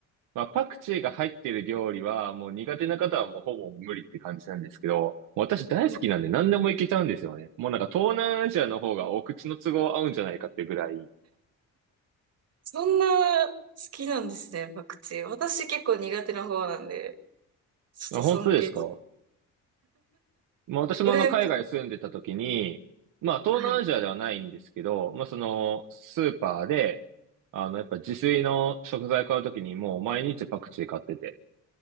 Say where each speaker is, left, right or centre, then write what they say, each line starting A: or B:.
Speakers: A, on the right (about 85°); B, on the right (about 50°).
A: まあ、パクチーが入ってる料理は、もう苦手な方はもうほぼ無理って感じなんですけど、もう私大好きなんで何でもいけちゃうんですよね。
B: うん
A: もうなんか東南アジアの方がお口の都合合うんじゃないかってぐらい。
B: そんな好きなんですね、パクチー。私結構苦手な方なんで、ちょっと尊敬。
A: あ本当ですかまあ私もあの海外住んでた時に、
B: 羨ましい。
A: まあ東南アジアではないんですけど、
B: はい。
A: まあそのスーパーで、あのやっぱ自炊の食材買う時にもう毎日パクチー買ってて。